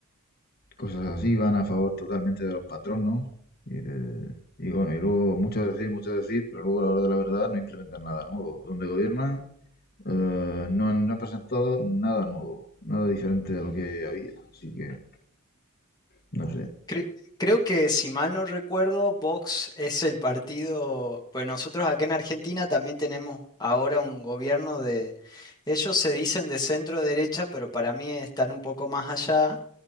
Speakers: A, on the left; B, on the left.
A: cosas así, van a favor totalmente de los patronos y de... Y bueno, y luego mucho decir, mucho decir, pero luego a la hora de la verdad no implementan nada nuevo. Donde gobiernan eh, no, han, no han presentado nada nuevo, nada diferente de lo que había. Así que, no sé.
B: Cre- creo que si mal no recuerdo, Vox es el partido, pues nosotros acá en Argentina también tenemos ahora un gobierno de, ellos se dicen de centro derecha, pero para mí están un poco más allá,